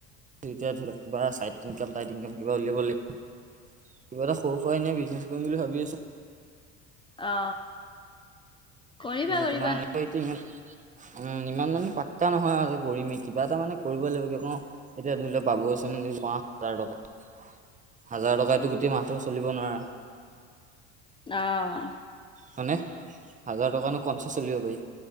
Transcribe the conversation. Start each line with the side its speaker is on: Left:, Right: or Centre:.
Right: এতিয়া কিবা চাইট কাম কিবা উলিয়াব লাগিব। কিবা এটা সৰু সুৰা এনে বিজনেছ কৰিম বুলি ভাবি আছোঁ।
Left: অ কৰিবা
Right: মানে
Left: কৰিবা।
Right: তোমাৰ এনেকৈ এতিয়া ইমান উম ইমান মান পাত এনেকুৱা নহয় আৰু যে কৰিমে কিবা এটা মানে কৰিব লাগিব এতিয়া ধৰি লওক বাবু আঁচনি পোৱা হাজাৰ টকা হাজাৰ টকাতো গোটেই মাহটো চলিব নোৱাৰা।
Left: অহ
Right: হয়নে হাজাৰ টকানো কঞ্চা চলিব পাৰি